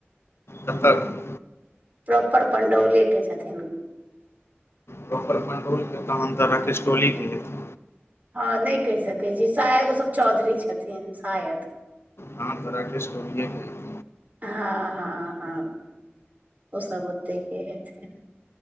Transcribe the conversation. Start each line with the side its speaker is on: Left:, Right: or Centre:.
Left: कतऽ के।
Right: प्रॉपर पण्डौले के छथिन।
Left: प्रॉपर पण्डौल के तहन तऽ राकेेश टोलीेे के हेतै।
Right: हां नै कैह सकै छी शायद उ सब चौधरी छथिन शायद।
Left: हां तऽ राकेश टोलिये के हे
Right: हां-हां-हां ओ सब ओते के हेथिन।